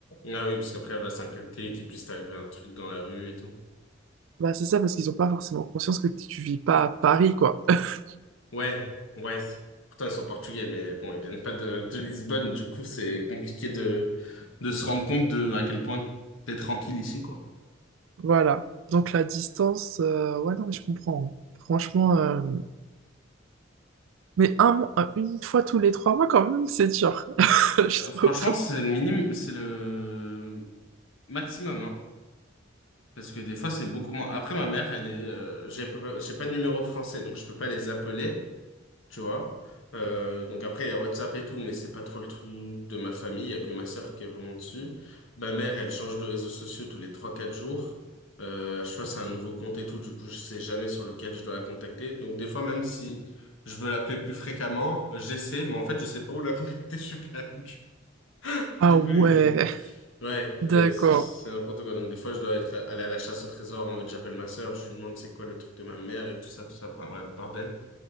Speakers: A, on the left (about 80°); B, on the right (about 80°).
A: Ah oui, parce qu'après, elle va s'inquiéter qu'il puisse t'arriver un truc dans la rue et tout.
B: Bah, c'est ça, parce qu'ils ont pas forcément conscience que t- tu vis pas à Paris, quoi. <laughs>
A: Ouais, ouais. Pourtant, ils sont portugais, mais bon, ils viennent pas de, de Lisbonne. Du coup, c'est compliqué de, de se rendre compte de à quel point t'es tranquille ici, quoi.
B: Voilà. Donc, la distance, euh, ouais, non, mais je comprends. hein. Franchement, euh, mais un, mois- euh, une fois tous les trois mois, quand même, c'est dur. <laughs> Je
A: Bah, franchement,
B: trouve.
A: c'est le minimum, c'est le maximum, hein. Parce que des fois, c'est beaucoup moins. Après, ma mère, elle est, euh, j'ai pas, j'ai pas de numéro français, donc je peux pas les appeler. tu vois. Euh, donc après, il y a WhatsApp et tout, mais c'est pas trop le truc de ma famille. Il y a que ma sœur qui est vraiment dessus. Ma mère, elle change de réseaux sociaux tous les trois quatre jours. Euh, à chaque fois, c'est un nouveau compte et tout. Du coup, je sais jamais sur lequel je dois la contacter. Donc des fois, même si je veux l'appeler plus fréquemment, euh, j'essaie, mais en fait, je sais pas où la contacter. <laughs> Je suis perdu.
B: Ah
A: Du
B: ouais,
A: coup, euh, ouais,
B: d'accord.
A: euh, c'est c'est n'importe quoi. Donc des fois, je dois être allé à la chasse au trésor en mode j'appelle ma sœur, je lui demande c'est quoi le truc de ma mère et tout ça, tout ça. Enfin bref, bordel.